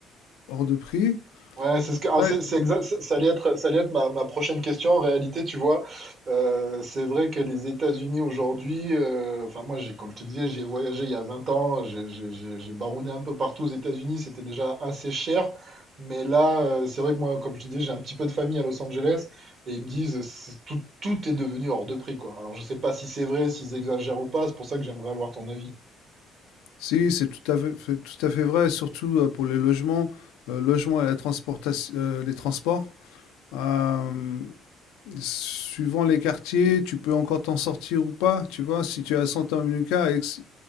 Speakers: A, on the left; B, on the right.
A: hors de prix.
B: Ouais, c'est ce que, alors
A: Ouais.
B: c'est, c'est exact, ça ça allait être, ça allait être ma, ma prochaine question. En réalité, tu vois, euh, c'est vrai que les États-Unis aujourd'hui, euh, enfin moi, j'ai, comme je te disais, j'y ai voyagé il y a 20 ans, j'ai j'ai- j'ai- j'ai baroudé un peu partout aux États-Unis, c'était déjà assez cher. Mais là, euh, c'est vrai que moi, comme je te disais, j'ai un petit peu de famille à Los Angeles et ils me disent, c'est- tout, tout est devenu hors de prix, quoi. Alors je sais pas si c'est vrai, s'ils exagèrent ou pas, c'est pour ça que j'aimerais avoir ton avis.
A: Si, c'est tout à fait, fait- tout à fait vrai, surtout euh, pour les logements, euh, logements et la transportation, euh, les transports. Euh, suivant les quartiers, tu peux encore t'en sortir ou pas. Tu vois, si tu es à Santa Monica, et que c-